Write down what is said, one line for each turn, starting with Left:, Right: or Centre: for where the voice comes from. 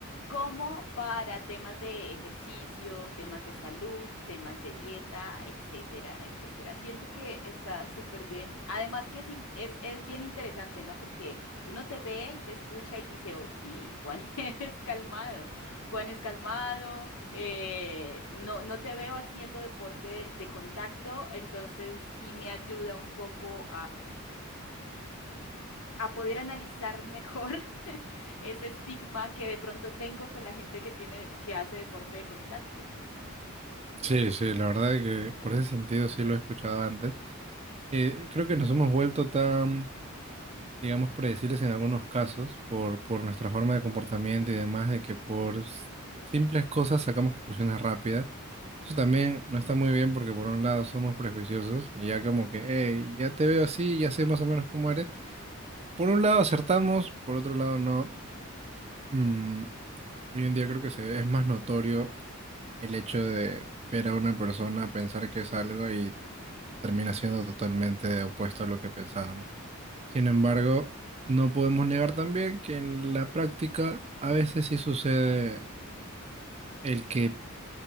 Left: como para temas de ejercicio, temas de salud, temas de dieta, etcétera, etcétera. Siento que está súper bien. Además que es, in- es, es bien interesante, ¿no? Porque uno te ve y te escucha y dice, oh, sí, Juan <laughs> es calmado, Juan es calmado, eh, no, no te veo haciendo deporte de contacto, entonces sí me ayuda un poco a poder analizar mejor <laughs> ese estigma que de pronto tengo con la gente que tiene, que hace deporte de contacto.
Right: Sí, sí, la verdad es que por ese sentido sí lo he escuchado antes. Eh, creo que nos hemos vuelto tan, digamos, predecibles en algunos casos por, por nuestra forma de comportamiento y demás, de que por s- simples cosas sacamos conclusiones rápidas.
Left: Ujú,
Right: Eso también no está muy bien porque por un lado somos prejuiciosos y ya
Left: ujú,
Right: como que, hey, ya te veo así, ya sé más o menos cómo eres. Por un lado acertamos, por otro lado no. Mm, hoy en día creo que se, es más notorio el hecho de ver a una persona, pensar que es algo y termina siendo totalmente opuesto a lo que pensábamos. Sin embargo, no podemos negar también que en la práctica a veces sí sucede el que